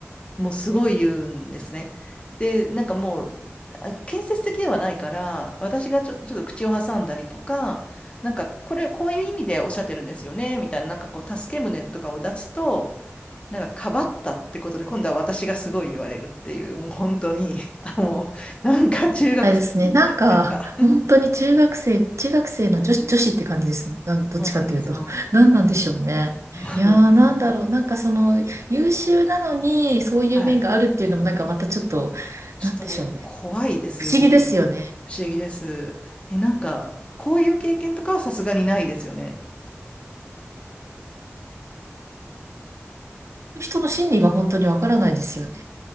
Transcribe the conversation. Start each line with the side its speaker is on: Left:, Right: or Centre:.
Left: もうすごい言うんですね。で、なんかもう、あ建設的ではないから、私がちょ、ちょっと口を挟んだりとか、なんかこれ、こういう意味でおっしゃってるんですよね、みたいな、なんかこう、助け舟とかを出すと、なんか、かばったってことで、今度は私がすごい言われるっていう、もう本当に、あもうなんか中学生
Right: はいですね。なんか、
Left: みたいなレベルが
Right: 本当に中学生、中学生の女子、女子って感じですね。なん、どっちかというと。
Left: そうなんですよ。
Right: <laughs> 何なんでしょうね。
Left: うん
Right: いやー、なんだろう。なんかその、優秀なのに、そういう面があるっていうのも、
Left: はい。
Right: なんかまたちょっと、
Left: ちょっとね、
Right: なんでしょうね。
Left: 怖いですよね。
Right: 不思議ですよね。
Left: 不思議です。え、なんか、こういう経験とかはさすがにないですよね。
Right: 人の心理が本当にわからないですよね。